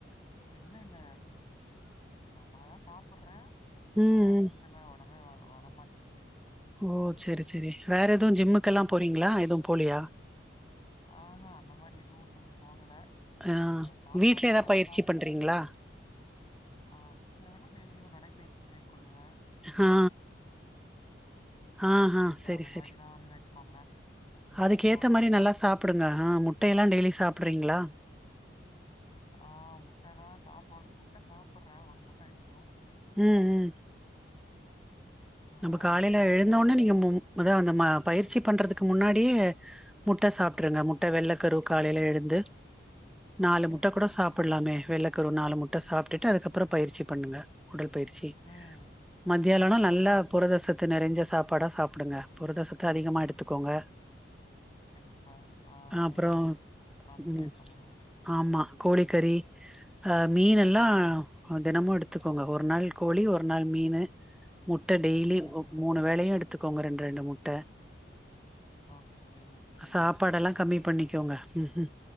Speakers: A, on the left; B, in the centre.
A: இல்ல இல்ல நல்லாதா சாப்புர்ற பட்
B: ம்
A: ஆனா
B: ம்
A: என்னன் தெர்ல ஒடம்பே வர வரமாட்டியிது
B: ஓ சேரி ச் செரி வேற எதுவு ஜிம்முக்கெல்லா
A: ம்
B: போறீங்களா எதுவும் போலியா
A: ஆஹா அந்த மாரி எதுவும் இன்னும் போகல
B: ஆ
A: சாப்பாடு
B: வீட்ல
A: தான்
B: எதா
A: நல்லா
B: பயிற்சி
A: சாப்பு
B: பண்றீங்களா
A: ஆ வீட்ல வேணா டெய்லியு நடைபயிற்சி மேற்கொள்ளுவ
B: ஹா ஹா ஹா சேரி
A: ஓ அந்த
B: சேரி
A: மாரிதான்னு வச்சுக்கோங்களேன். பெருசா ஜிம்முக்கு
B: அதுக்கேத்த
A: போல.
B: மாரி நல்லா சாப்புடுங்க ஆ முட்டையெல்லா டெய்லி சாப்ட்றீங்களா
A: ஆ முட்ட தா சாப்பு முட்ட சாப்புர்ற ஒரு முட்ட <unintelligible>
B: ம் ம்
A: ஆ
B: நம்ப காலைல
A: இருந்தாலும்
B: எழுந்தவொன்னே
A: ஒடம்பு
B: நீங்க மும் மொத அந்த ம பயிற்சி பண்றதுக் க்கு முன்னாடியே முட்ட சாப்ட்ருங்க முட்ட வெள்ளக்கரு காலைல எழுந்து நாலு
A: ஓகே,
B: முட்டக்கூட
A: ஓகே.
B: சாப்புட்லாமே வெள்ளக் கரு நாலு முட்ட சாப்ட்டுட்டு அதுக்கப்றொ பயிற்சி பண்ணுங்க உடல் பயிற்சி
A: ம்.
B: மத்தியாளொன்னா
A: ஓகே,
B: நல்லா
A: ஓகே.
B: த்து நெறைஞ்ச சாப்பாடா சாப்புடுங்க புரத சத்த அதிகமா எடுத்துக்கோங்க
A: கண்டிப்பா ஆ அதுவு
B: அப்புறோ
A: கான்சன்ட்ரேட்
B: ம்
A: பண்ணனு
B: ஆமா கோழிக்கறி ஆ மீன்னெல்லா தெனமு எடுத்துக்கோங்க ஒரு நாள் கோழி ஒரு நாள் மீனு முட் முட்ட டெய்லி
A: ம், ம்,
B: ஒ
A: ம்.
B: மூணு வேளையு எடுத் எடுத்துக்கோங்க ரெண்ரெண்டு முட்ட
A: ஓகே, ஓகே.
B: சாப்பாடெல்லா கமி பண்ணிக்கோங்க ம் ஹு